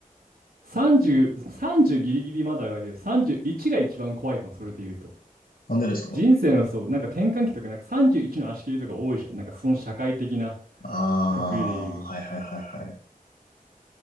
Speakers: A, on the right (about 85°); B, on the left (about 70°).
A: 30、30ギリギリまだだけど、31が一番怖いかも、それで言うと。
B: なんでですか
A: 人生のそう、なんか転換期とか、なんか31の足切りとか多いじゃん。なんかその社会的な
B: ああー、
A: くくりで言う。
B: はいはいはいはい。